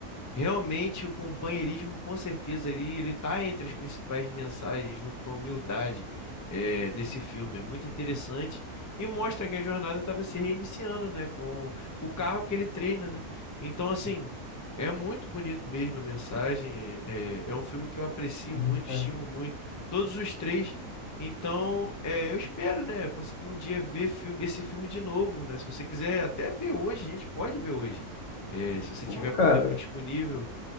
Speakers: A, on the left; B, on the left.
A: Realmente, o companheirismo, com certeza, ele, ele está entre as principais mensagens, junto com a humildade, eh, desse filme. É muito interessante e mostra que a jornada estava se reiniciando, né? Com o, o carro que ele treina, né? Então, assim, é muito bonito mesmo a mensagem. É, é é um filme que eu aprecio
B: sim,
A: muito,
B: cara.
A: estimo muito, todos os três. Então, eh, eu espero, né, conseguir um dia ver filme, esse filme de novo, né? Se você quiser até ver hoje, a gente pode ver hoje. Eh, se você
B: Pô,
A: tiver
B: cara.
A: com tempo disponível,